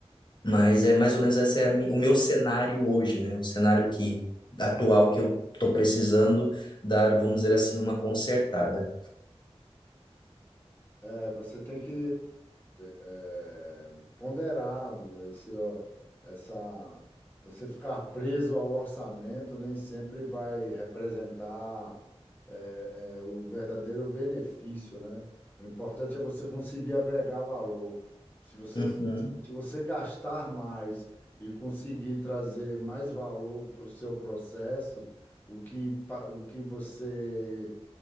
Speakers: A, on the left; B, on the left.
A: Mas é mais ou menos esse é a mi- o meu cenário hoje, né? O cenário que atual que eu estou precisando dar, vamos dizer assim, uma consertada.
B: É, você tem que é, ponderar esse, ó, essa. Você ficar preso ao orçamento nem sempre vai representar é, é, o verdadeiro benefício, né? O importante é você conseguir agregar valor. Se você,
A: Uhum,
B: se você gastar mais e conseguir trazer mais valor para o seu processo, o que, pa- o que você